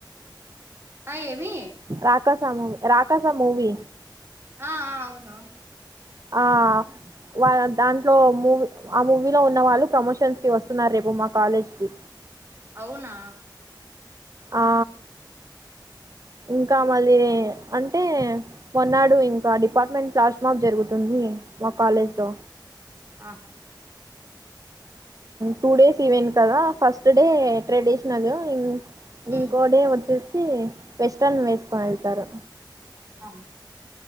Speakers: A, on the right; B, on the right.
A: అ ఏమి
B: రాకాస మూ రాకాస మూవిీ
A: ఆ అవును
B: ఆ వా దాంట్లో మూవీ ఆ మూవీలో ఉన్న వాళ్ళు ప్రమోషన్స్ కి వస్తున్నారు రేపు మా కాలేజ్ కి
A: అవునా
B: ఆ ఇంకా మళ్ళీ అంటే మన్నాడు ఇంకా డిపార్ట్మెంట్ ప్లాస్ మార్క్ జరుగుతుంది మా కాాలేజ్లో
A: ఆహా
B: టూ డేస్ ఇవెన్ కదా ఫస్ట్ డే ట్రెడిషనల్
A: ఉమ్
B: ఇంకోడే వచ్చేసి పెస్న్ వేసుకని వెళ్తారు
A: అ